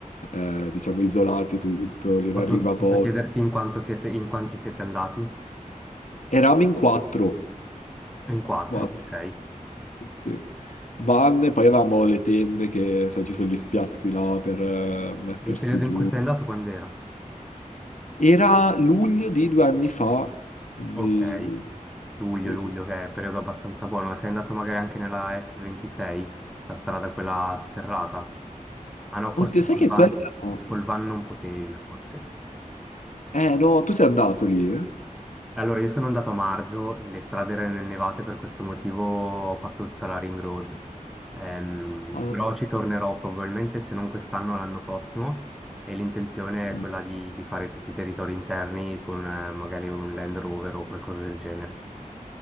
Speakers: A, on the left; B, in the centre.
A: eh, diciamo, isolati e tutto, lì
B: Posso,
A: ne arriva
B: posso
A: poco.
B: chiederti in quanto siete, in quanti siete andati?
A: Eravamo in quattro.
B: In quattro,
A: Quattro.
B: ok. E
A: Sì. Vanne, poi avevamo le tende che, sai, ci sono gli spiazzi là per eh, mettersi
B: Il periodo
A: giù.
B: in cui sei andato quando era?
A: Era luglio di due anni fa, quindi...
B: Ok. Luglio,
A: sì,
B: luglio,
A: sì, sì.
B: che è periodo abbastanza buono. Sei andato magari anche nella F26, la strada quella sterrata? Ah no, forse
A: Oddio, sai
B: col
A: che
B: van,
A: quella... no.
B: col van non potevi, forse.
A: Eh no, tu sei andato lì, eh?
B: E Allora, io sono andato a marzo, le strade erano innevate, per questo motivo ho fatto tutta la ring road. Ehm,
A: Ah,
B: però
A: no.
B: ci tornerò probabilmente, se non quest'anno, l'anno prossimo. E l'intenzione è
A: Mm,
B: quella di, di fare tutti i territori interni con eh, magari un Land Rover o qualcosa del genere.